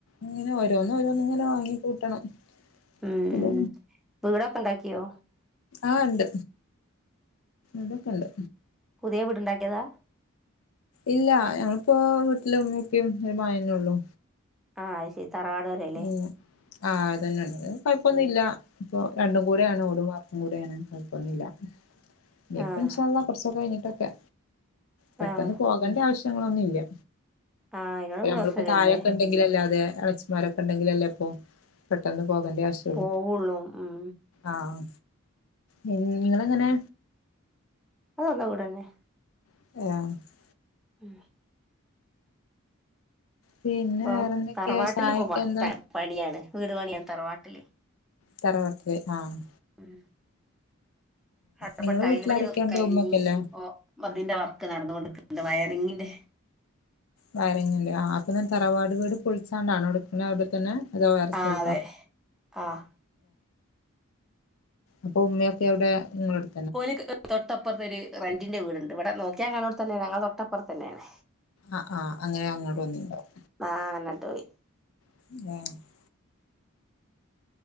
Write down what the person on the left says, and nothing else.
ഇങ്ങനെ ഓരോന്ന് ഓരോന്ന്ങ്ങനെ വാങ്ങി കൂട്ടണം
പിന്നെ
ആഹ് ണ്ട് ഇതൊക്കെണ്ട്
ഇല്ല ഞങ്ങളിപ്പോ വീട്ടില് ഉമ്മിപ്പി ഒരു മായേനൊള്ളു
ഉം ആഹ് അതന്നെണ്ട്കൊയപ്പൊന്നുല്ല ഇപ്പൊ രണ്ടും കൂടെണ് ഓടും വാർപ്പും കൂടെണ് കൊഴപൊന്നില്ല നിപ്പ
ഇൻഷാഅള്ളാ കൊർച്ചൊക്കെ കഴിഞ്ഞിട്ടൊക്കെ പെട്ടെന്ന്
പോകണ്ട ആവശ്യം ഞങ്ങളൊന്നില്യ
നമ്മളിപ്പോ
താഴൊക്കെണ്ടെങ്കിലല്ലേ അതേ അടച്ചി മാരൊക്കെണ്ടെങ്കിലല്ലേപ്പൊ പെട്ടെന്ന് പോകേണ്ടിആവശ്
ആഹ് നിങ്ങെളെങ്ങനെ
<unintelligible>
പിന്നെ
വേറെന്തൊക്കെയാ
ചായൊക്കെ
എന്താ
തറവാട്ടില് ആഹ്
നിങ്ങളെ
വീട്ടിലാരൊക്കെയുണ്ട്
ഉമ്മൊക്കെല്ലേ
വയറിങ്ങല്ലേ ആഹ് അപ്പംനതറവാട് വീട് പുളിച്ചാണ്ടാണോടുക്കുന്നെ അവിടെത്തന്നെ അതോ വേറെ സ്ഥൽത്ത
ആപ്പൊഉമ്മിക്കെഎവ്ടെ നിങ്ങളെട്
ആഹ് ആഹ അങ്ങനെ അങ്ങോട്ട് വന്നിണ്ടാവും
<inaudible>